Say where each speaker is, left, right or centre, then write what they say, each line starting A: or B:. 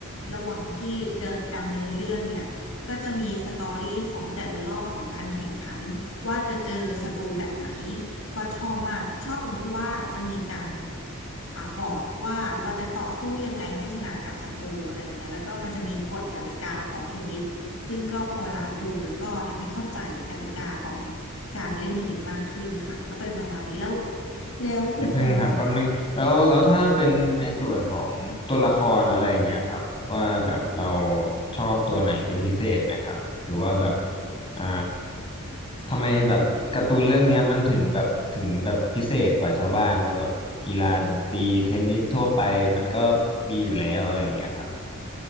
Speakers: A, on the left (about 70°); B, on the left (about 25°).
A: ระหว่างที่เดินดำเนินเรื่องเนี่ยก็จะมีสตอรี่ของแต่ละรอบของการแข่งขันว่าจะเจอศัตรูแบบไหน ก็ชอบมากชอบตรงที่ว่าจะมีการอ่าบอกว่าเราจะต่อสู้ยังไงให้ชนะกับศัตรูอะไรอย่างเงี้ยแล้วก็มันจะมีกฎกติกาของเทนนิสซึ่งก็พอเวลาดูแล้วก็ทำให้เข้าใจกติกาของการเล่นเทนนิสมากขึ้นค่ะก็เป็นประมาณนี้แล้วแล้วคุณตอนมปลา
B: อย่าเพิ่งครับแป๊บนึงแล้วแล้วถ้าเป็นในส่วนของตัวละครอะไรอย่างเงี้ยครับว่าแบบเราชอบตัวไหนเป็นพิเศษไหมครับหรือว่าแบบอ่าทำไมแบบการ์ตูนเรื่องเนี้ยมันถึงแบบถึงแบบพิเศษกว่าชาวบ้านว่าแบบกีฬาตีเทนนิสทั่วไปมันก็มีอยู่แล้วอะไรอย่างเงี้ยครับ
A: ย